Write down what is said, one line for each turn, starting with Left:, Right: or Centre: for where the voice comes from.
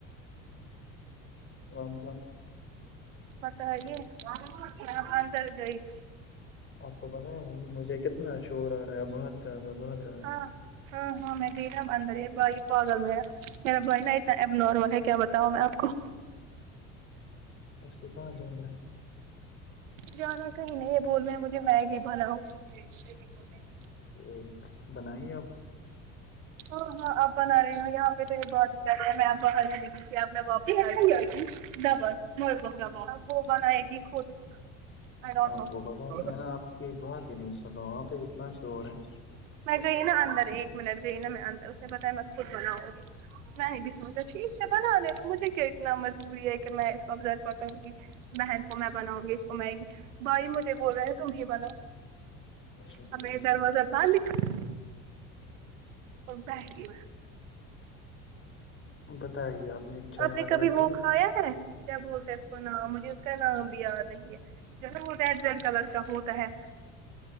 Left: مانسا
Right: بتائیے کیا پندر جئی <inaudible>
Left: آپ کو بتایا مجھے کتنا شور آ رہا ہے بہت زیادہ بہت زیادہ
Right: ہاں
Left: <unintelligible>
Right: ہاں ہاں میں گئی نا اندر یہ بھائی پاگل میرا میرا بھائی نا اتنا ایب نارمل ہے کیا بتاؤ میں آپ کو
Left: اس کو کہاں جانا ہے
Right: جانا کہیں نہیں ہے بول رہے ہیں مجھے میں ہی بالاؤ <unintelligible>
Left: ایک بنائیے اب
Right: ہاں ہاں آپ بنا رہے ہو یہاں پہ تو یہ بہت اچھا ل رہا ہے میں آپ ہر <unintelligible> جے آپ میں واپس آ کے آ گی <unintelligible> ڈبا م بہر با وہ بنائے گی خود <unintelligible> آئی ڈونٹ
Left: آپ
Right: نو
Left: کو پتا ہے میں نےا آپ کی ایک بات بھی نہیں سنا وہاں پہ کتنا شور ہے
Right: میں گئی نا اندر ایک منٹ ج نا میں ان اس پتا بس خود بناؤ گی میں نے بھی سوچا ٹھیک ہے بنا ل تو مجھے <unintelligible> ھیک ہے اتنا مجبوری ہے کہ میں اس کو ابزاد پ کروں گی <unintelligible> بہن کو میں بناؤں گی اس کو مگی بھائی مجھے بول رہے ہیں تم ہی بناؤ
Left: اچھا
Right: ہم
Left: ٹھیک
Right: میں دروازہ تال <unintelligible> اور بی میں <unintelligible>
Left: بتائی آپ نے چائے
Right: آپ نے
Left: وغیرہ
Right: کبھی
Left: پی
Right: وہ کھایا ہے کیا بولتا ہے اس کو ن مجھے <unintelligible> کا نام بھی آ رہی ہے جیسا ہوتا ہے جلکا لڑکا ہوتا ہے